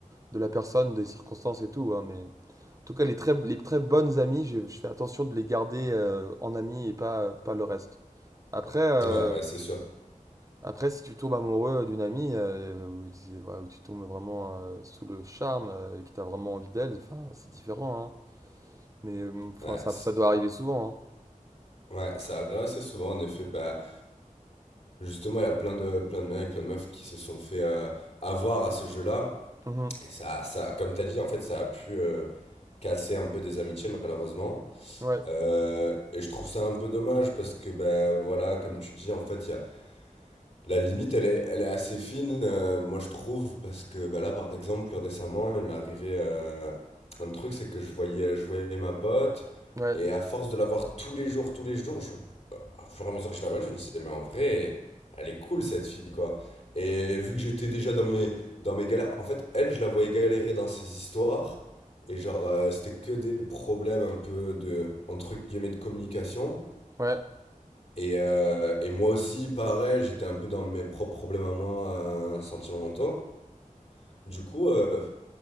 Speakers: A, on the right; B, on the left.
A: de la personne, des circonstances et tout. hein, mais en tout cas, les très, les très bonnes amies, je, je fais attention de les garder euh, en amis et pas, pas le reste. Après. euh,
B: ouais, ouais, c'est sûr.
A: Après, si tu tombes amoureux d'une amie, euh, ou, tu- voilà, ou tu tombes vraiment euh, sous le charme euh, et que tu as vraiment envie d'elle, enfin, c'est différent, hein. Mais euh, enfin,
B: Ouais,
A: ça,
B: c'est-
A: ça doit arriver souvent,
B: ouais, ça arrive assez souvent, en effet. Bah, Justement, il y a plein de, plein de mecs, plein de meufs qui se sont fait euh, avoir à ce jeu-là.
A: hein. Mhm.
B: Et ça, ça, comme tu as dit, en fait, ça a pu euh, casser un peu des amitiés, malheureusement.
A: Ouais,
B: Euh, et je trouve ça un peu dommage parce que, ben voilà, comme tu dis, en fait, il y a la limite, elle est, elle est assez fine, euh, moi je trouve, parce que bah, là, par exemple, récemment, il m'est arrivé euh, un truc, c'est que je voyais, je voyais ma pote,
A: ouais,
B: et à force de la voir tous les jours, tous les jours, je, au fur et à mesure que je la vois, je me disais, mais en vrai, elle est cool cette fille, quoi. Et vu que j'étais déjà dans mes, dans mes galères, en fait, elle, je la voyais galérer dans ses histoires, et genre, euh, c'était que des problèmes un peu de, entre guillemets, de communication.
A: ouais.
B: Et, euh, et moi aussi, pareil, j'étais un peu dans mes propres problèmes à moi euh, sentimentaux. Du coup, euh,